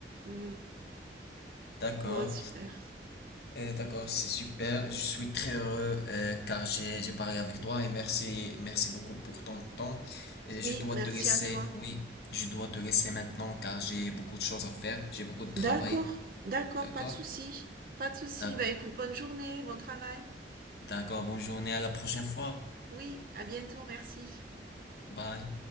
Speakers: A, on the right (about 50°); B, on the left (about 60°).
A: Mm.
B: D'accord,
A: Bon, super.
B: Euh, d'accord, c'est super. Je suis très heureux euh, car j'ai j'ai parlé avec toi et merci, merci beaucoup pour ton temps. Et je
A: Oui,
B: dois
A: merci
B: te laisser,
A: à toi.
B: oui, je dois te laisser maintenant car j'ai beaucoup de choses à faire, j'ai beaucoup de travail.
A: D'accord, d'accord,
B: D'accord?
A: pas de souci. Pas de souci.
B: D'ac-
A: Bah écoute, bonne journée, bon travail.
B: D'accord, bonne journée, à la prochaine fois.
A: Oui, à bientôt, merci.
B: Bye.